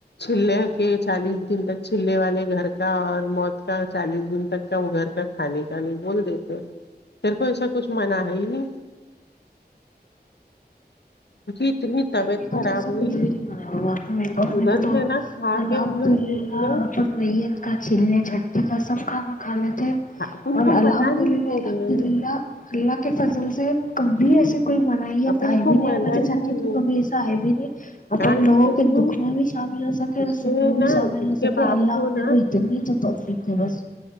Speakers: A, on the left; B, on the left.
A: چلے کے چالیس دن تک چلے والے گھر کا اور موت کا چالیس دن تک کا وہ گھر کا خانی ک نہیں بول دی تھ میر کو ایسا کچھ مناع ہے ہی نہیں اتنی
B: نہیں
A: طبیعت
B: میک
A: خراب
B: تو ایا
A: ہوئی
B: کھ بھی نہیں منا ہے بابا
A: ادھر
B: اپ میں تو
A: سے نا کھا
B: الحمد
A: کے ہم لوگ
B: اللہ
A: نکلے
B: ریت کا چلنے چھٹی کا سب کھانا کھانے تھے
A: اپن
B: اور
A: کو
B: الحمد
A: منع نہیں
B: للہ
A: ہو
B: الحمد
A: رہے ہیں
B: للہ اللہ کے فضل سے کبھی ایس کوئی من میں
A: اپن
B: تھا ہے نہیںیر
A: کو منع
B: مجے
A: ہی نہیں
B: چچی
A: ہے
B: کبھی ایسا ہےئے بھی نہیں اپن
A: ہاں
B: لوگوں
A: اس
B: کے
A: سن
B: دکھ میں بھی شامل ہو سکے اور
A: اس
B: سکھ
A: کے
B: میں بھی
A: نا
B: شامل
A: اس
B: ہو سک
A: کے
B: سکے
A: باپ
B: اللہ اپنے
A: نا
B: کو اتنی تو توفیقے بس